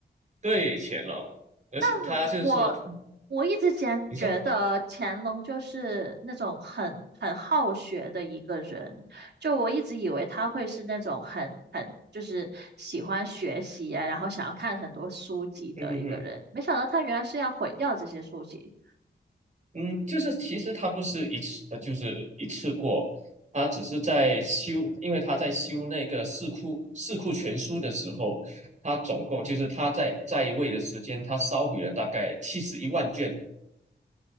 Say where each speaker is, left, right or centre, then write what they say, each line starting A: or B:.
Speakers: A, on the right (about 40°); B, on the right (about 65°).
A: 对，乾隆，而且他就是说他，
B: 但我我一直前觉得乾隆就是那种很很好学的一个人，
A: 你说，
B: 就我一直以为他会是那种很很就是喜欢学习啊，然后想要看很多书籍的一个人，
A: 嗯哼哼，
B: 没想到他原来是要毁掉这些书籍。
A: 嗯，就是其实他不是一次，呃，就是一次过，他只是在修，因为他在修那个四库四库全书的时候，他总共就是他在在位的时间，他烧毁了大概七十一万卷。